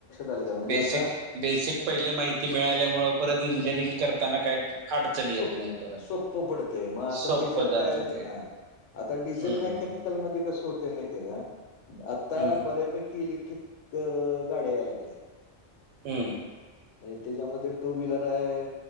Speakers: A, on the left; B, on the right.
A: आलं का म्हणजे
B: बेसिक
A: आता
B: बेसिक पहिली माहिती मिळाल्यामुळ परत इंजिनिअरिंग करताना काय अडचणी
A: सोप्प
B: येत नाही परत मग
A: पडतेय मग आता
B: सोपं
A: त्याच्यात
B: जातं
A: काय
B: ते
A: हा आता
B: हम्म
A: डिझेल मेकॅनिकलमध्ये
B: हम्म हम्म
A: कसं होत. मा का आता
B: हम्म
A: बऱ्यापैकी इलेक्ट्रिक गाड्या यायला लागल्यात.
B: हम्म
A: म्हणजे त्याच्यामध्ये टू व्हीलर आहे